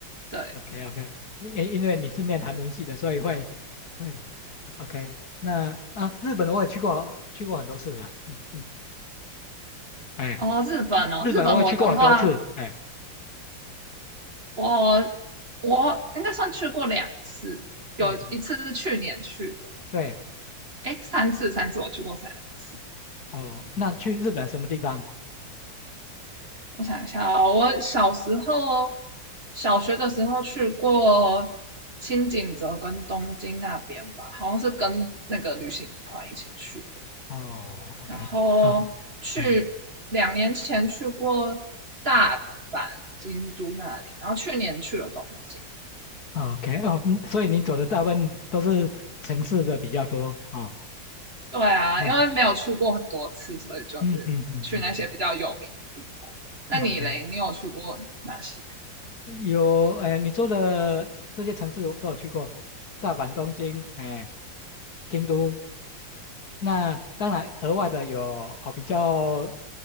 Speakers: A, on the right; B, on the left.
A: 对，
B: OK OK。因因因为你是念韩文系的，所以会会 OK。那啊，日本我也去过，去过很多次了。嗯嗯哎，
A: 哦，日本哦，
B: 日日本我也去过很多次，
A: 日本我的话。
B: 哎，
A: 我我应该算去过两次，
B: 对
A: 有一次是去年去的，
B: 对，
A: 哎，三次三次我去过三次。
B: 哦，那去日本什么地方？
A: 我想一下哦，我小时候小学的时候去过青井泽跟东京那边吧，好像是跟那个旅行团一起去的。
B: 哦，OK，
A: 然后去两年前去过大阪、
B: 啊，哎
A: 京都那里，然后去年去了东京。
B: o k 哦，嗯所以你走的大部分都是城市的比较多哦，
A: 对啊，
B: 嗯
A: 因为没有去过很多次，所以就是去那些比较有名的地方。
B: 嗯嗯嗯嗯
A: 那你嘞，
B: 嗯，OK，
A: 你有去过哪些？
B: 有，哎，你说的这些城市我都有去过，大阪、东京，哎，京都，那当然额外的有哦，比较